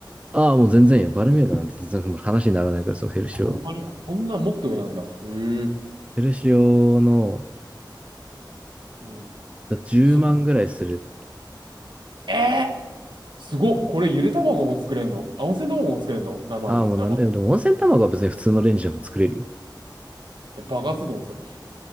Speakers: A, on the right; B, on the right.
A: ああ、もう全然よ。バルミューダなんて全然もう話にならないから、そのヘルシオ。
B: ほんまに、こんなもっと上なんだ。へえ。
A: ヘルシオの
B: うん。
A: 10万ぐらいする。
B: すごっ。えー、すごっ。これゆで卵も作れんのあ、温泉卵も作れんの生で、
A: ああ、もうなんだよ。
B: 生。
A: でも温泉卵は別に普通のレンジでも作れるよ。
B: え、爆発すると思ってた。